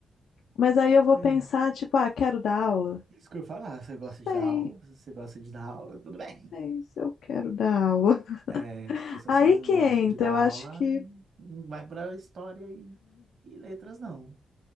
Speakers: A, on the left; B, on the right.
A: mas aí eu vou
B: É.
A: pensar, tipo, ah, quero dar aula?
B: Isso que eu ia falar, você gosta de
A: Sei,
B: dar aula? Se você gosta de dar aula, tudo bem.
A: sei se eu quero dar aula. <laughs>
B: É, porque se
A: Aí
B: você não
A: que
B: gosta
A: entra,
B: de dar
A: eu
B: aula,
A: acho que
B: não, não vai para história e, e letras, não.